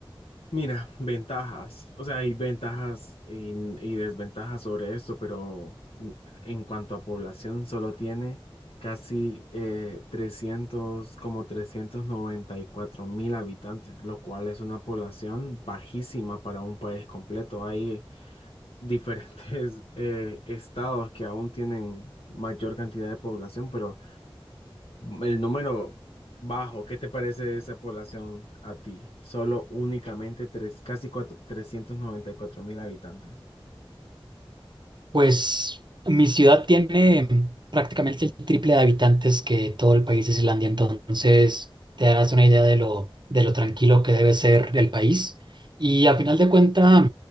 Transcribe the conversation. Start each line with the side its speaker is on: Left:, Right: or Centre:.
Left: mira, ventajas, o sea, hay ventajas y, y desventajas sobre esto, pero mm, en cuanto a población, solo tiene casi eh, 300, como trescientos noventa y cuatro mil habitantes, lo cual es una población bajísima para un país completo. Hay diferentes <laughs> eh, estados que aún tienen mayor cantidad de población, pero el número bajo, ¿qué te parece esa población a ti? Solo únicamente tres, casi cuatro, trescientos noventa y cuatro mil habitantes.
Right: Pues mi ciudad tiene prácticamente el triple de habitantes que todo el país de Islandia, entonces te das una idea de lo, de lo tranquilo que debe ser el país. Y a final de cuentas,